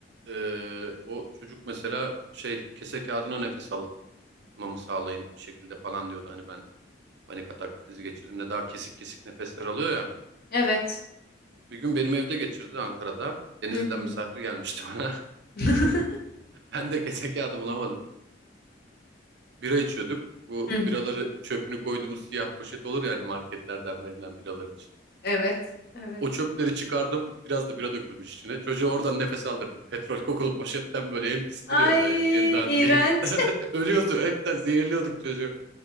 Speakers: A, on the right; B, on the left.
A: Ee, o çocuk mesela şey kese kağıdına nefes almamı sağlayın bir şekilde falan diyordu. Hani ben panik atak krizi geçirdiğimde daha kesik kesik nefesler alıyor ya.
B: Evet.
A: Bir gün benim evde geçirdi Ankara'da. Denizli'den
B: Hı hı.
A: misafir gelmişti bana. <laughs>
B: <laughs>
A: Ben de kese kağıdı bulamadım. Bira içiyorduk. Bu
B: Hı hı.
A: biraları çöpünü koyduğumuz siyah poşet olur yani marketlerden verilen biralar için.
B: Evet, evet.
A: O çöpleri çıkardım. Biraz da bira dökülmüş içine. Çocuğa oradan nefes aldırdım. Petrol kokulu poşetten böyle en pisi duruyordu.
B: Ay
A: e, En dandiği.
B: iğrenç.
A: <laughs> Ölüyordu. Hepten zehirliyorduk çocuğu.